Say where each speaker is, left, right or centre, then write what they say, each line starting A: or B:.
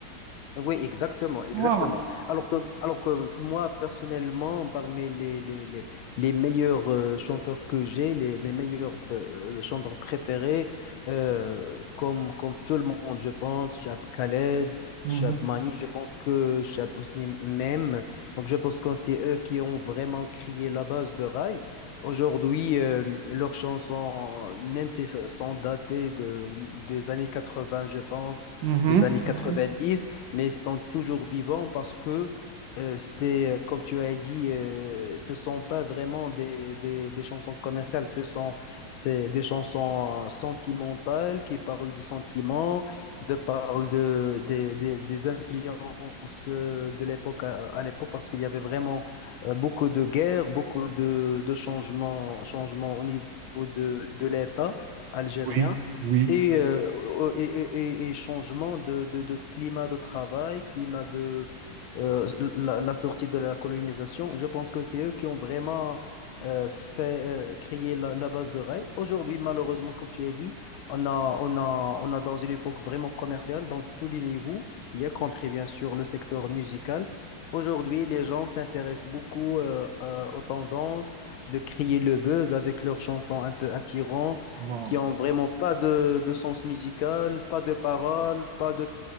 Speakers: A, on the left; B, on the right.
A: Oui, exactement, exactement.
B: Wow.
A: Alors que,
B: Mhm,
A: alors que moi, personnellement, parmi les, les, les, les meilleurs euh, chanteurs que j'ai, les, mes meilleurs bah, euh, chanteurs préférés, euh, comme, comme tout le monde, je pense, Chab Khaled,
B: mhm,
A: Chab
B: mhm,
A: Mami, je pense que Chab Ousni même. Donc, je pense que c'est eux qui ont vraiment créé la base de Rai. Aujourd'hui, euh, leurs chansons, même si elles sont datées de, des années 80, je pense,
B: mhm,
A: les années quatre-vingt-dix
B: mhm.
A: mais ils sont toujours vivants parce que euh, c'est, comme tu as dit, euh, ce sont pas vraiment des, des, des chansons commerciales, ce sont c'est des chansons sentimentales qui parlent du sentiment, de parlent de, des des- des influences euh, de l'époque à, à l'époque, parce qu'il y avait vraiment euh, beaucoup de guerres, beaucoup de, de changements, changements au niveau de, de l'État algérien
B: Oui, oui.
A: et, euh, et, et- et changement de, de- de climat de travail, climat de euh, la, la sortie de la colonisation. Je pense que c'est eux qui ont vraiment euh, fait euh, créer la, la base de rêve. Aujourd'hui, malheureusement, comme tu as dit, on a, on a, on a dans une époque vraiment commerciale, dans tous les niveaux, y compris bien sûr le secteur musical. Aujourd'hui, les gens s'intéressent beaucoup euh, euh, aux tendances de créer le buzz avec leurs chansons un peu attirantes
B: Voilà.
A: qui ont vraiment pas de, de sens musical, pas de paroles, pas de,